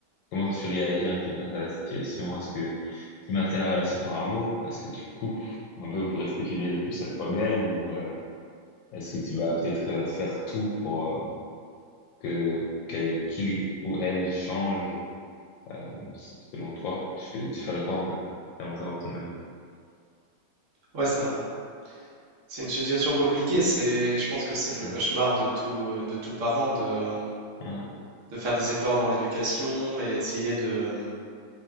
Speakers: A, on the left; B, on the right.
A: comment tu réagis un peu face à la situation? Est-ce que tu maintiens la relation par amour? Est-ce que tu coupes un peu pour rester fidèle plus à toi-même ou euh, est-ce que tu vas peut-être euh, faire tout pour euh, que qu'elle, qu'il ou elle change euh, s- selon toi? Tu fais, tu ferais quoi un peu? J'aimerais savoir ton avis.
B: Ouais, c'est un- c'est une situation compliquée. C'est, je pense que c'est le
A: Ouais,
B: cauchemar de tout, euh, de tout parent de,
A: ouais,
B: de faire des efforts dans l'éducation et essayer de,